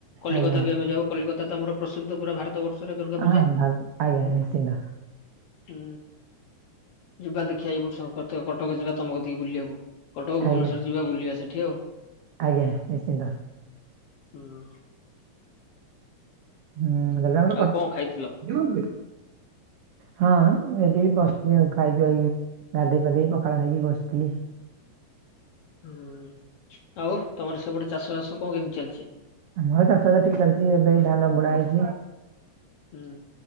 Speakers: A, on the left (about 65°); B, on the right (about 85°).
A: କଲିକତା
B: ଆଜ୍ଞା
A: ବି ଆମେ ଯାଉ। କୋଲିକତା ତ ଆମର ପ୍ରସିଦ୍ଧ ପୁରା ଭାରତ ବର୍ଷରେ ଦୁର୍ଗା
B: ହଁ
A: ପୂଜା।
B: ଭାବ- ଆଜ୍ଞା ନିଶ୍ଚିନ୍ତ
A: ହୁଁ। ଯିବା ଦେଖିଆ ଏଇ ବର୍ଷ <unintelligible> କଟକ ଯିବା ତମ କତିକି ବୁଲିବାକୁ କଟକ ଭୁବନେଶ୍ୱର
B: ଆଜ୍ଞା
A: ଯିବା ବୁଲିବା ସେଠି ଆଉ।
B: ଆଜ୍ଞା ନିଶ୍ଚିନ୍ତ।
A: ହୁଁ।
B: ହୁଁ
A: ଆଉ କଣ ଖାଇଥିଲ?
B: <unintelligible> ହଁ ଏଠି ଏଇ ବସିଥିଲି ଆଉ ଖାଇକି ଆଇକି ଗାଧୋଇ ପାଧେଇ ପଖାଳ ଖାଇକି ବସିଥିଲି।
A: ହୁଁ ଆଉ ତମର ସେପଟେ ଚାଷ ବାସ କଁ କେମିତି ଚାଲିଚି।
B: ଆମର ଚାଷ <unintelligible> ଚାଲିଚି ଏବେ ଏଇ ଧାନ ବୁଣା ହେଇଚି।
A: ହୁଁ।